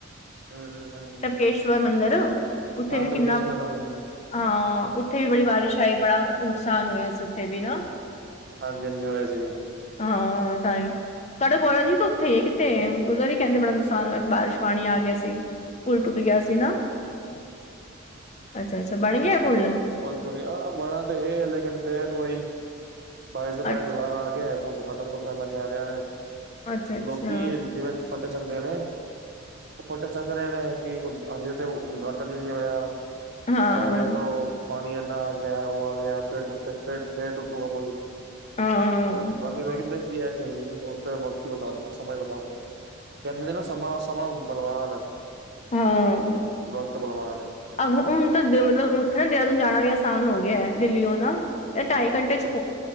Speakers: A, on the right; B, on the left.
A: ਹਮ ਹਮ ਹਮ
B: ਲਕੇਸ਼ਵਰ ਮੰਦਿਰ ਉੱਥੇ
A: ਹਾਂ
B: ਵੀ
A: ਤਬਕੇਸ਼ਵਰ
B: ਕਿੰਨਾ
A: ਹਾਂਜੀ
B: ਹਾਂ ਉੱਥੇ ਵੀ ਬੜੀ ਬਾਰਿਸ਼ ਆਈ ਬੜਾ ਨੁਕਸਾਨ ਹੋਇਆ ਸੀ ਉੱਥੇ ਵੀ ਨਾ।
A: ਹਾਂਜੀ-ਹਾਂਜੀ ਹੋਇਆ ਸੀ।
B: ਹਾਂ ਤਾਂ ਹੀ, ਤੁਹਾਡੇ ਕੋਲਾ ਜੀ ਤਾਂ ਉੱਥੇ ਹੀ ਹੈ ਕਿਤੇ ਉਦਰ ਹੀ ਕਹਿੰਦੇ ਬੜਾ ਨੁਕਸਾਨ ਹੋਇਆ। ਬਾਰਿਸ਼ ਪਾਣੀ ਆ ਗਿਆ ਸੀ, ਪੁੱਲ ਟੁੱਟ ਗਿਆ ਸੀ ਨਾ। ਅੱਛਾ-ਅੱਛਾ ਬਣ ਗਿਆ ਪੁੱਲ?
A: ਪੁਲ ਤੋ ਗਿਆ ਬਣਾ ਤਾਂ ਇਹ ਲੇਕਿਨ ਫਿਰ ਵਹੀ, ਬਾਰਿਸ਼ ਦਾ ਪਾਣੀ
B: ਅੱਛਾ
A: ਦੁਬਾਰਾ ਆ ਗਿਆ। ਉਦਘਾਟਨ ਤੋਂ ਪਹਿਲਾਂ ਕਹਿ ਰਿਹਾ ਵੇ,
B: ਅੱਛਾ ਅੱਛਾ
A: ਲੋਕੀ ਜਿਵੇਂ ਫੱਟੇ ਚੱਕਦੇ ਨੇ। ਉਹ ਫੱਟੇ ਚੱਕ ਰਹੇ ਨੇ, ਕਿ ਹਜੇ ਤੇ ਉਦਘਾਟਨ ਹੀ ਨਹੀਂ ਹੋਇਆ।
B: ਹਾਂ
A: ਇਹ ਦੇਖੋ, ਪਾਣੀ ਇੰਨਾ ਆ ਗਿਆ, ਉਹ ਆ ਗਿਆ, ਫਿਰ ਟੁੱਟ ਫਿਰ, ਫਿਰ ਟੁੱਟੂਗਾ ਪੁੱਲ।
B: ਹਾਂ
A: ਬਾਕੀ ਵੇਦਾ
B: ਹਾਂ
A: ਕੀ ਆ, ਕਿ ਨੀ। <unintelligible> ਬਤਾਊਂਗਾ ਸਮਾਂ ਬਤਾਊਂਗਾ, ਕਹਿੰਦੇ ਨਾ ਸਮਾਂ-ਸਮਾਂ ਬਲਵਾਨ ਹੈ।
B: ਹਾਂ,
A: ਵਕਤ ਬਲਵਾਨ ਹੈ
B: ਹੁਣ ਤਾਂ ਮਤਲੱਬ ਫਿਰ ਦੇਹਰਾਦੂਨ ਜਾਣਾ ਵੀ ਆਸਾਨ ਹੋ ਗਿਆ ਦਿੱਲੀੳ ਹਨਾ, ਤੇ ਢਾਈ ਘੰਟੇ 'ਚੱ